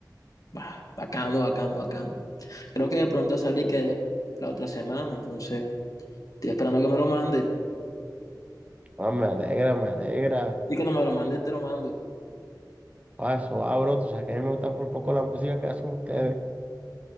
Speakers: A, on the left; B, on the right.
A: bah, bacano, bacano, bacano. Creo que de pronto sale que la otra semana, entonces estoy esperando que me lo manden.
B: ah, me alegra, me alegra.
A: Y cuando me lo manden, te lo mando.
B: Ah, eso abro, tú sabes que a mí me gusta un poco la música que hacen ustedes.